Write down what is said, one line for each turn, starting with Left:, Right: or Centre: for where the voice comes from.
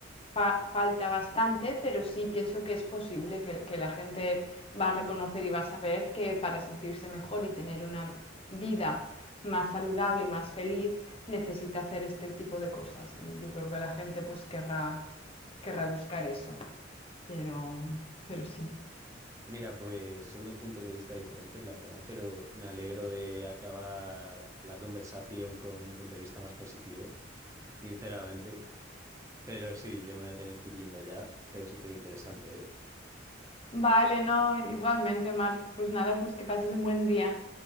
Left: fa- falta bastante, pero sí pienso que es posible que, que la gente va a reconocer y va a saber que para sentirse mejor y tener una vida más saludable y más feliz, necesita hacer este tipo de cosas. Y yo creo que la gente pues querrá, querrá buscar eso. Pero, pero sí.
Right: Mira, pues son dos puntos de vista diferentes, la verdad, pero me alegro de acabar la conversación con un punto de vista más positivo, sinceramente. Pero sí, yo me voy a tener que ir yendo ya, pero súper interesante,
Left: Vale, no, igualmente, Marc. Pues nada, pues que pases un buen día.